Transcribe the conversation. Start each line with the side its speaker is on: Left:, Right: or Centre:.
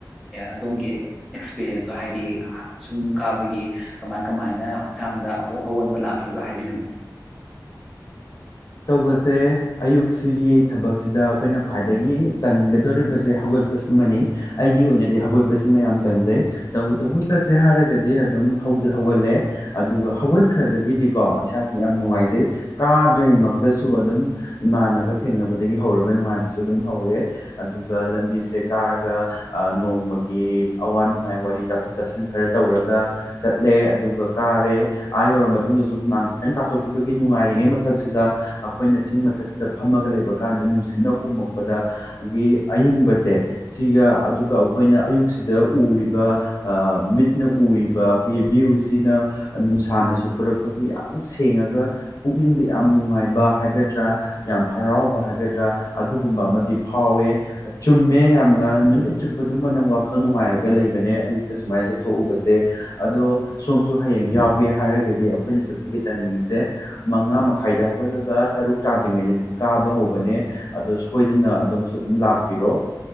Centre: ꯑꯗꯣꯝꯒꯤ ꯑꯦꯛꯁꯄꯤꯔꯟꯁꯇꯣ ꯍꯥꯏꯗꯤ ꯁꯨꯝ ꯀꯥꯕꯒꯤ ꯀꯃꯥꯏ- ꯀꯃꯥꯏꯅ ꯍꯛꯆꯥꯡꯗ ꯑꯑꯣꯟꯕ ꯂꯥꯛꯀꯗꯣ ꯍꯥꯏꯕꯤꯌꯨꯅꯦ꯫
Left: ꯇꯧꯕꯁꯦ ꯑꯌꯨꯛꯁꯤꯒꯤ ꯊꯕꯛꯁꯤꯗ ꯑꯩꯈꯣꯏꯅ ꯈ꯭ꯋꯥꯏꯗꯒꯤ ꯇꯟꯒꯗꯧꯔꯤꯕꯁꯦ ꯍꯧꯒꯠꯄꯁꯤꯃꯅꯤ ꯑꯩꯒꯤ ꯑꯣꯏꯅꯗꯤ ꯍꯧꯒꯠꯄꯁꯤꯃ ꯌꯥꯝ ꯇꯟꯖꯩ ꯇꯧꯕꯇꯕꯨ ꯆꯠꯁꯦ ꯍꯥꯏꯔꯒꯗꯤ ꯑꯗꯨꯝ ꯍꯧꯗꯤ ꯍꯧꯒꯠꯂꯦ ꯑꯗꯨꯒ ꯍꯧꯒꯠꯈ꯭ꯔꯗꯒꯤꯗꯤꯀꯣ ꯏꯁꯥꯥꯁꯦ ꯌꯥꯝ ꯅꯨꯡꯉꯥꯏꯖꯩ ꯀꯥꯗ꯭ꯔꯤ ꯇꯁꯨ ꯑꯗꯨꯝ ꯏꯃꯥꯟꯅꯕ ꯊꯦꯡꯅꯕꯗꯒꯤ ꯍꯧꯔꯒ ꯅꯨꯡꯉꯥꯏꯕꯁꯨ ꯑꯗꯨꯝ ꯍꯧꯔꯦ ꯑꯗꯨꯒ ꯂꯝꯕꯤꯁꯦ ꯀꯥꯔꯒ ꯅꯣꯡꯃꯒꯤ ꯑꯋꯥ - ꯅꯨꯡꯉꯥꯏ ꯋꯥꯔꯤ ꯇꯥꯊꯣꯛ ꯇꯥꯁꯤꯟ ꯈꯔ ꯇꯧꯔꯒ ꯆꯠꯂꯦ ꯑꯗꯨꯒ ꯀꯥꯔꯦ ꯑꯥ ꯌꯧꯔ ꯃꯇꯨꯡꯗꯁꯨ ꯍꯨꯃꯥꯡ ꯈꯤꯇꯪ ꯇꯥꯊꯣꯛꯈꯤꯕꯒꯤ ꯅꯨꯡꯉꯥꯏꯔꯤꯉꯩ ꯃꯊꯛꯁꯤꯗ ꯑꯩꯈꯣꯏꯅ ꯆꯤꯡ ꯃꯊꯛꯁꯤꯗ ꯐꯝꯃꯒ ꯂꯩꯕ ꯀꯥꯟꯗ ꯅꯨꯡꯁꯤꯠꯅ ꯍꯣꯃꯛꯄꯗꯗꯒꯤ ꯍꯪꯕꯁꯦ ꯁꯤꯒ ꯑꯗꯨꯒ ꯑꯩꯈꯣꯏꯅ ꯑꯌꯨꯛꯁꯤꯗ ꯎꯔꯤꯕ ꯃꯤꯠꯅ ꯎꯔꯤꯕ ꯑꯩꯈꯣꯏꯒꯤ ꯚ꯭ꯌꯨꯁꯤꯅ ꯅꯨꯡꯁꯥꯅꯁꯨ ꯄꯨꯔꯛꯄꯒꯤ ꯌꯥꯝ ꯁꯦꯡꯉꯒ ꯄꯨꯛꯅꯤꯡꯗ ꯌꯥꯝ ꯅꯨꯡꯉꯥꯏ ꯍꯥꯏꯒꯗ꯭ꯔꯥ ꯌꯥꯝ ꯍꯔꯥꯎꯕ ꯍꯥꯏꯒꯗ꯭ꯔꯥ ꯑꯗꯨꯒꯨꯝꯕ ꯑꯃꯗꯤ ꯐꯥꯎꯋꯦ ꯆꯨꯝꯃꯦ ꯌꯥꯝꯅ ꯅꯨꯃꯤꯠꯆꯨꯞ ꯑꯗꯨꯝꯕ ꯅꯪ ꯋꯥꯈꯜ ꯅꯨꯡꯉꯥꯏꯔꯒ ꯂꯩꯕꯅꯦ ꯑꯌꯨꯛꯇ ꯁꯨꯃꯥꯏꯅ ꯆꯠꯊꯣꯛꯎꯕꯁꯦ ꯑꯗꯣ ꯁꯣꯝꯁꯨ ꯍꯌꯦꯡ ꯌꯥꯎꯒꯦ ꯍꯥꯏꯔꯒꯗꯤ ꯑꯩꯈꯣꯏꯅ ꯆꯠꯄꯒꯤ ꯇꯥꯏꯃꯤꯡꯁꯦ ꯃꯉꯥ ꯃꯈꯥꯏꯗ ꯍꯧꯒꯠꯂꯒ ꯇꯔꯨꯛ ꯇꯥꯗ꯭ꯔꯤꯉꯩꯗꯗꯤ ꯀꯥꯕ ꯍꯧꯕꯅꯦ ꯑꯗꯨꯣ ꯁꯣꯏꯗꯅ ꯑꯗꯨꯝꯁꯨ ꯑꯗꯨꯝ ꯂꯥꯛꯄꯤꯔꯣ